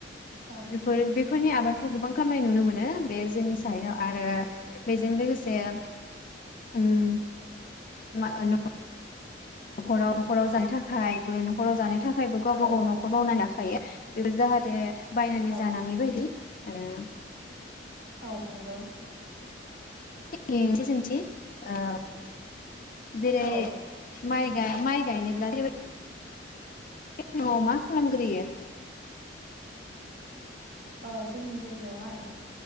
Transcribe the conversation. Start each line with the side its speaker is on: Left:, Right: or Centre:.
Right: औ
Left: बेफोर बेफोरनि आबादखौ गोबां खामनाय नुनो मोनो। बे जोंनि सायाव आरो बेजों लोगोसे ओम मा ओ न' खराव न'खराव जानो थाखायबो न'खराव जानो था खायबो गावबा
Right: औ
Left: गाव न'खौ मावनाया थायो बेयो जाहाथे बायनानै
Right: औ
Left: जानाङै बायदि। ओ
Right: औ नोंगौ।
Left: <unintelligible> मोनसे सोंथि ओ जेरै
Right: औ
Left: माइ गा माइ गायनोब्ला <unintelligible> फुङाव मा खालामग्रोयो?
Right: अ जोंनि जायगायावहाय